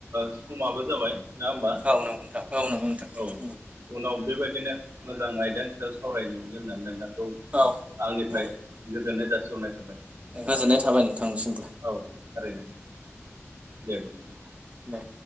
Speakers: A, on the right; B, on the right.
A: समाबो जाबाय नङा होमबा
B: औ नंगौ नोंथां औ नंगौ नोंथां
A: औ उनाव बेबायदिनो मोजां आयदानि सायाव सावरायनो मोनगोन होननानै नोंथांखौ
B: औ
A: आंनिफ्राय
B: औ
A: गोजोननाय जासिहरनाय थाबाय
B: गोजोननाय थाबाय नोंथांनिसिमबो
A: औ थारैनो दे बिदिब्ला
B: दे